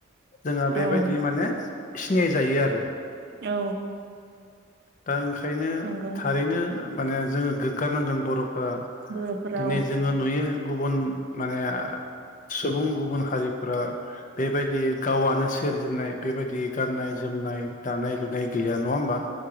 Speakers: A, on the left; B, on the right.
A: जोङो बेबायदि
B: औ
A: माने सिनाय जायो आरो
B: औ
A: दा ओंखायनो
B: नंगौ
A: थारैनो माने जोङो गोग्गानांगोन बर' फ्रा
B: बर'फोरा
A: दिनै
B: औ
A: जोङो नुयो गुबुन माने सुबुं गुबुन हारिफोरा बेबायदि गावआनो सोरजिनाय बेबायदि गाननाय-जोम नाय, दानाय-लुनाय गैया नङा होमबा